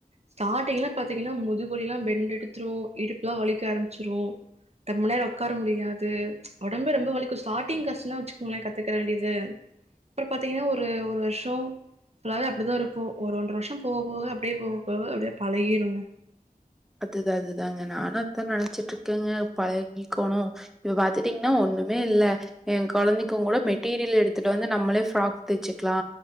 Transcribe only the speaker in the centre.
அது தா அதுதாங்க நானு அத்தா நெனச்சிட்ருக்கங்க பழகிக்கோனு இப்ப பாத்துட்டீங்ன்னா ஒன்னுமே இல்ல எ கொழந்தைக்குங்கூட மெட்டீரியல் எடுத்துட்டு வந்து நம்மளே ஃப்ராக் தெச்சிக்லா